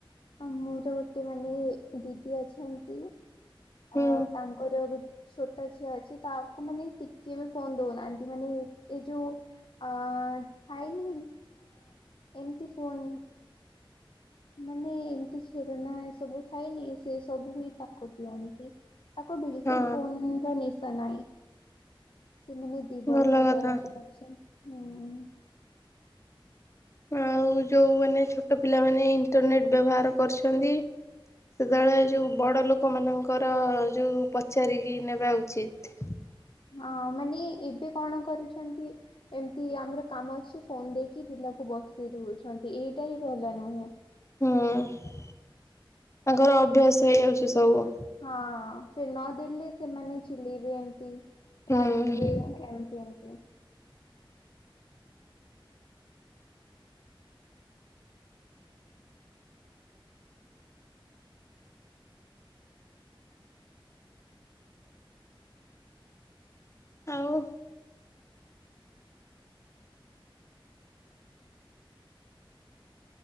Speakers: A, on the left; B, on the left.
A: ମୋର ଗୋଟେ ମାନେ ଦିଦି ଅଛନ୍ତି।
B: ହୁଁ
A: ଆ ତାଙ୍କର ଏବେ ଛୋଟା ଝିଅ ଅଛି ତାକୁ ମାନେ ଟିକଏ ବି ଫୋନ୍ ଦଉନାହାନ୍ତି। ମାନେ ଏଇ ଯୋଉ ଅ ଥାଇ ନି ଏମିତି ଫୋନ। ମାନେ ଏମିତି ସେରନା ଏ ସବୁ ଥାଏନି ସେ ସବୁ ହି ତାକୁ ଦିଅନ୍ତି। ତାକୁ ବିଲ୍
B: ହଁ
A: କୁଲ୍ ଫୋନ୍ ନିସା ନାହିଁ। ସେମାନେ ତିବଚର
B: ଭଲ କଥା।
A: ଗୋଟେ ଅଛି ହୁଁ।
B: ଆଉ ଯୋଉମାନେ ଛୋଟ ପିଲାମାନେ ଇଣ୍ଟରନେଟ୍ ବ୍ୟବହାର କରୁଛନ୍ତି। ସେତେବେଳେ ଯୋଉ ବଡ଼ ଲୋକମାନଙ୍କର ଯୋଉ ପଚାରିକି ନେବା ଉଚିତ୍।
A: ହଁ ମାନେ ଏବେ କଣ କରୁଛନ୍ତି? ଏମିତି ଆମର କାମ ଅଛି ଫୋନ ଦେଇକି ପିଲାକୁ ବସି ଦଉଛନ୍ତି। ଏଇଟା ହିଁ ଭଲ ନୁହେଁ।
B: ହୁଁ ତାଙ୍କର ଅଭ୍ୟାସ ହେଇଯାଉଛି ସବୁ।
A: ହଁ ସେ ନଦଲେ ସେମାନେ ଚିଲେଇବେ ଏମତି
B: ହୁଁ।
A: ରାଗିବେ ଏ କେମତି?
B: ଆଉ